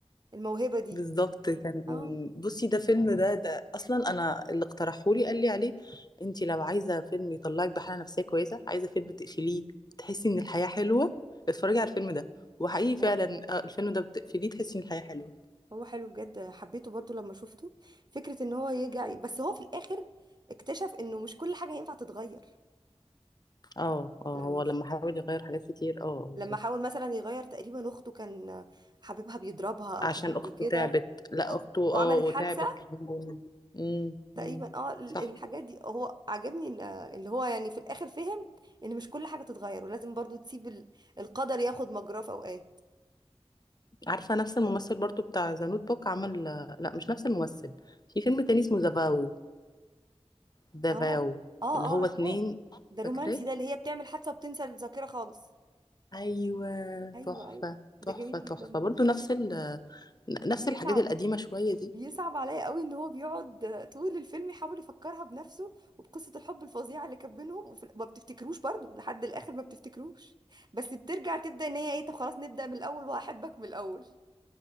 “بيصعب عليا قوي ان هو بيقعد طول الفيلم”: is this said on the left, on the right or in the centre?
Right